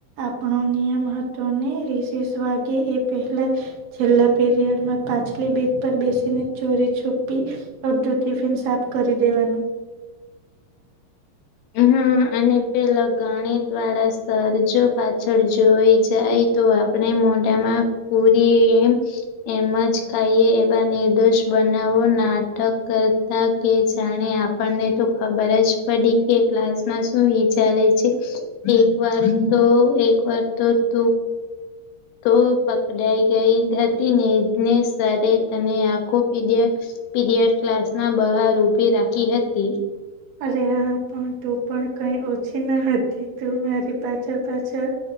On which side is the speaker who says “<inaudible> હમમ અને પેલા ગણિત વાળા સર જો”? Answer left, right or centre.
Left